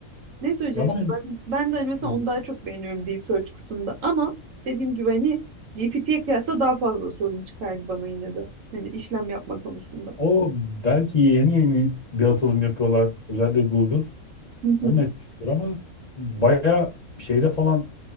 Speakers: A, on the right (about 65°); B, on the left (about 35°).
A: ne söyleyeceğim
B: ama
A: işte ben, ben de hani mesela
B: e,
A: onu daha çok beğeniyorum Deep Search kısmında ama dediğim gibi hani GPT'ye kıyasla daha fazla sorun çıkardı bana yine de. Hani işlem yapma konusunda.
B: o belki yeni yeni bir atılım yapıyorlar. Özellikle Google.
A: Hı
B: Onun
A: hı.
B: etkisidir ama bayağı şeyde falan